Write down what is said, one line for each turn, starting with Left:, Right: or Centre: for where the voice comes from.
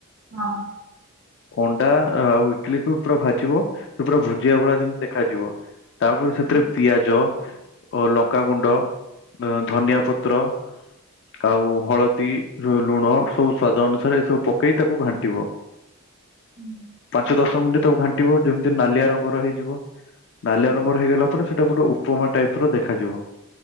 Right: ହଁ।
Left: ଅଣ୍ଡା ଆଉ ଇଟିଲିକୁ ପୁରା ଭାଜିବ ସେ ପୁରା ଭୁଜିିଆ ଭଳିଆ ଯେମିତି ଦେଖ ଯିବ ତାପରେ ସେଥିରେ
Right: ହଁ
Left: ପିଆଜ ଓ ଲଙ୍କାଗୁଣ୍ଡ, ଧନିଆ ପତ୍ର ଆଉ ହଳଦୀ, ଲୁଣ ସବୁ ସ୍ଵାଦ ଅନୁସାରେ ଏସବୁ ପକେଇ ତାକୁ ଘାଣ୍ଟିବ।
Right: ହୁଁ
Left: ପାଞ୍ଚ ଦଶ ମିନିଟ୍ ତାକୁ ଘାଣ୍ଟିବ ଯେମିତି ନାଲିଆ ରଙ୍ଗର ହେଇଯିବ। ନାଲିଆ
Right: ହୁଁ
Left: ରଙ୍ଗର ହେଇଗଲା ପରେ ସେଟା ଗୋଟେ ଉପମା ଟାଇପ ର ଦେଖାଯିବ।